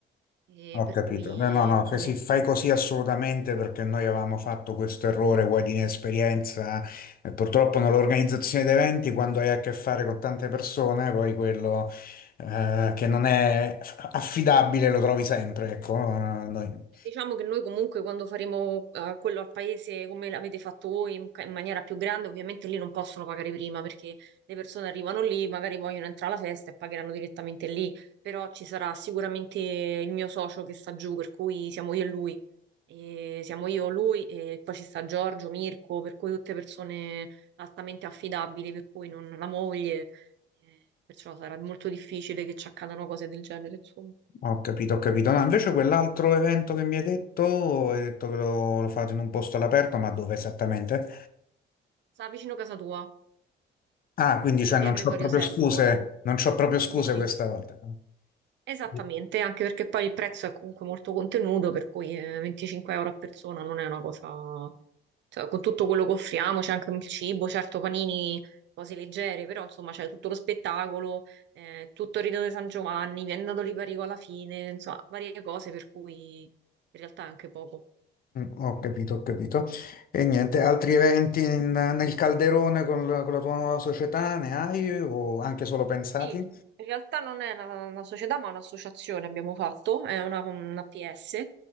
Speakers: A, on the right; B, on the left.
A: E
B: ho
A: per
B: capito.
A: cui
B: No, no, no,
A: fondamentalmente
B: che si fai così assolutamente perché noi avevamo fatto questo errore, vuoi di inesperienza, e purtroppo nell'organizzazione di eventi, quando hai a che fare con tante persone, poi quello eh, che non è affidabile lo trovi sempre, ecco, eh, noi.
A: diciamo che noi comunque quando faremo eh, quello al paese come l'avete fatto voi in, ca- in maniera più grande, ovviamente lì non possono pagare prima perché le persone arrivano lì, magari vogliono entrare alla festa e pagheranno direttamente lì, però ci sarà sicuramente il mio socio che sta giù, per cui siamo io e lui. E siamo io, lui e poi ci sta Giorgio, Mirko, per cui tutte persone altamente affidabili, per cui non la moglie, eh, perciò sarà molto difficile che ci accadano cose del genere, insomma.
B: Ho capito, ho capito. No, invece quell'altro evento che mi hai detto, hai detto che lo, lo fate in un posto all'aperto, ma dove esattamente?
A: Sta vicino casa tua,
B: Ah, quindi
A: in
B: cioè,
A: via
B: non
A: Gregorio
B: c'ho proprio
A: VII,
B: scuse,
A: lì
B: non c'ho proprio scuse
A: vicino.
B: questa volta.
A: Esattamente,
B: Mm,
A: anche perché poi il prezzo è comunque molto contenuto, per cui eh, 25 euro a persona non è una cosa... Cioè, con tutto quello che offriamo, c'è anche il cibo, certo panini, cose leggere, però insomma c'è tutto lo spettacolo, eh, tutto il Rito di San Giovanni, viene dato l'Iparico alla fine, insomma, varie cose per cui in realtà è anche poco.
B: Ho capito, ho capito. E niente, altri eventi in- nel calderone con la, con la tua nuova società ne hai o anche solo pensati?
A: Sì, in realtà non è una, una società, ma un'associazione abbiamo fatto, è una, una PS